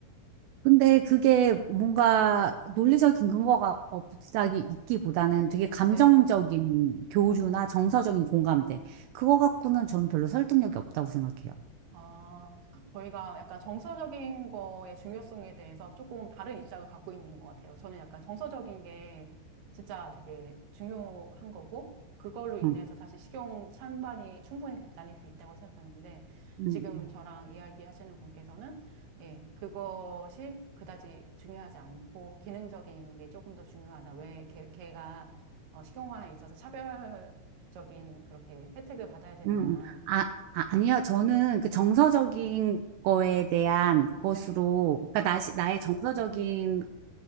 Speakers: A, on the right (about 80°); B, on the right (about 60°).
A: 근데 그게 뭔가 논리적인 근거가 없다기 있기보다는 되게 감정적인
B: 네.
A: 교류나 정서적인 공감대 그거 갖고는 저는 별로 설득력이 없다고 생각해요.
B: 아, 저희가 약간 정서적인 거의 중요성에 대해서 조금 다른 입장을 갖고 있는 것 같아요. 저는 약간 정서적인 게 진짜 되게 중요한 거고, 그걸로 인해서
A: 음.
B: 사실 식용 찬반이 충분히 나뉠 수 있다고 생각하는데,
A: 음,
B: 지금
A: 음.
B: 저랑 이야기하시는 분께서는, 예, 그것이 그다지 중요하지 않고, 기능적인 게 조금 더 중요하다. 왜 걔, 걔가 어, 식용화에 있어서 차별적인 그렇게 혜택을 받아야 되느냐.
A: 음, 아, 아, 아니요. 저는 그 정서적인 거에 대한 것으로,
B: 네,
A: 그러니까
B: 네,
A: 나, 나의 정서적인